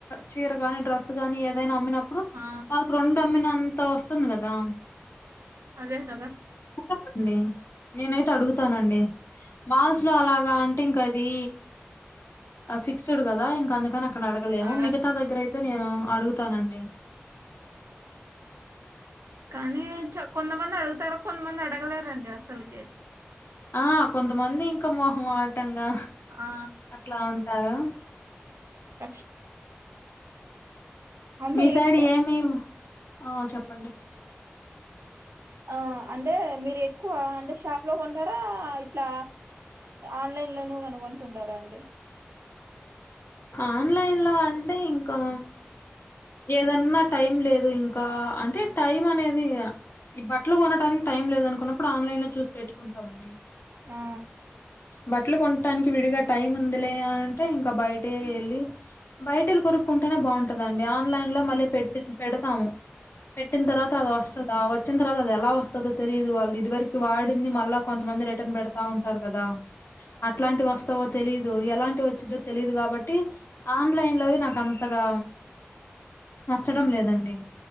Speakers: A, on the left; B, on the right.
A: చీర కాని డ్రెస్ గాని ఏదైనా అమ్మినప్పు అప్పుడు
B: ఆ
A: వాళ్ళకు రెండు అమ్మిన అంతా వస్తుంది గదా
B: అదే గదా
A: చెప్పండి నేనైతే అడుగుతానండి మాల్స్ లో అలాగా అంటే ఇంకా అది ఫిక్స్డ్ కదా ఇంక అందుకని అక్కడ అడగలేము
B: అడ
A: మిగతా దగ్గర అయితే నేను అడుగుతానండి
B: కానీ చ కొంతమంది అడుగుతారు కొంతమంది అడగలేరండి అసలీకి
A: ఆ కొంతమంది ఇంకా మొహమాటంగా
B: ఆ
A: అట్లా ఉంటారు
B: అస్ <unintelligible> అంటే
A: మీ సైడ్
B: ఎక్కువ
A: ఏమి ఆ చెప్పండి
B: ఆ అంటే మీరు ఎక్కువ అంటే షా పు లో కొంటారా ఇట్లా ఆన్లైన్ లోనూ కనుగొంటుంటారా అండి
A: ఆన్లైన్లో అంటే ఇంకా ఏదన్నా టైం లేదు ఇంకా అంటే టైం అనేది ఇగ ఈ బట్టలు కొనటానికి టైం లేదు అనుకున్నప్పుడు ఆన్లైన్ లో చూసి పెట్టుకుంటామండి
B: ఆ
A: బట్టలు కొంటానికి విడిగా టైం ఉందిలే అంటే ఇంకా బయట ఏళ్ళి బయట ఎల్లి కొరుక్కుంటేనే బాగుంటుందండి ఆన్లైన్ లో మళ్ళీ పెట్టి పెడతాము పెట్టిన తర్వాత అది వస్తదా వ వచ్చిన తర్వాత అది ఎలా వస్తదో తెలియదు వాళ్ళు ఇది వరకు వాడింది మళ్ళా కొంతమంది రిటర్న్ పెడతా ఉంటారు కదా అట్లాంటివి వస్తావో తెలీదు ఎలాంటి వచ్చిందో తెలీదు కాబట్టి ఆన్లైన్ లోవి నాక్ అంతగా నచ్చడం లేదండి